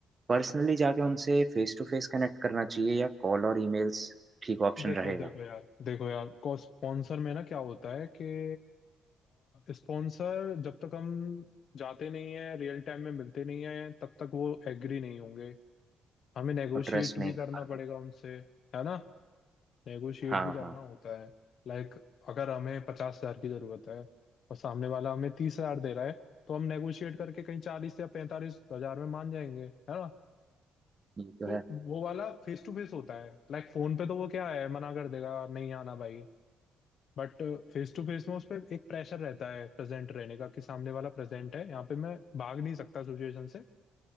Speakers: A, on the right; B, on the left.
A: पर्सनली जाके उनसे फेस टू फेस कनेक्ट करना चाहिए या कॉल और ईमेल्स ठीक ऑप्शन
B: देखो
A: रहेगा
B: देखो यार देखो यार को स्पॉन्सर में ना क्या होता है कि स्पॉन्सर जब तक हम जाते नहीं है रियल टाइम में मिलते नहीं है तब तक वो एग्री नहीं होंगे हमें नेगोशिएट
A: और ट्रस्ट नहीं
B: भी
A: कर
B: करना
A: पाते
B: पड़ेगा उनसे है ना नेगोशिएट
A: हाँ
B: भी करना
A: हाँ
B: होता है लाइक अगर हमें पचास हजार की जरूरत है और सामने वाला हमें तीस हजार दे रहा है तो हम नेगोशिएट करके कहीं चालीस या पैंतालीस हजार में मान जाएंगे है ना
A: ये तो
B: तो
A: है
B: वो वाला फेस टू फेस होता है लाइक फोन पे तो वो क्या है मना कर देगा नहीं आना भाई बट फेस टू फेस में उस पर एक प्रेशर रहता है प्रेजेंट रहने का कि सामने वाला प्रेजेंट है यहाँ पे मैं भाग नहीं सकता सिचुएशन से